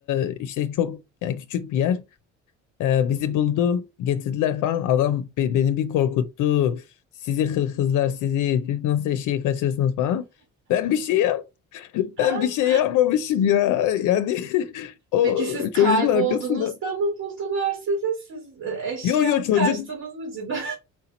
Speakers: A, on the left; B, on the right.
A: e, işte çok yani küçük bir yer E, bizi buldu getirdiler falan. Adam be- beni bir korkuttu. Sizi hırkızlar sizi siz nasıl eşeği kaçırırsınız falan. Ben bir şey yap <laughs>
B: <laughs>
A: ben bir şey yapmamışım ya. Yani <laughs> o
B: Peki siz kaybolduğunuzda
A: çocuğun arkasında.
B: mı buldular sizi? Siz e, eşeği
A: Yo yo
B: alıp
A: çocuk
B: kaçtınız mı cidden?